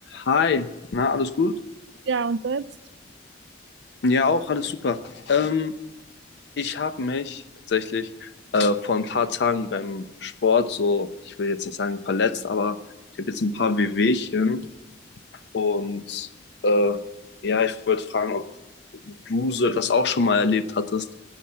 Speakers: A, on the left (about 65°); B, on the right (about 65°).
A: Hi, na, alles gut?
B: Ja, und selbst?
A: Ja, auch, alles super. Ähm, ich habe mich tatsächlich äh, vor ein paar Tagen beim Sport so, ich will jetzt nicht sagen verletzt, aber ich habe jetzt ein paar Wehwehchen und äh, ja, ich wollte fragen, ob du so etwas auch schon mal erlebt hattest.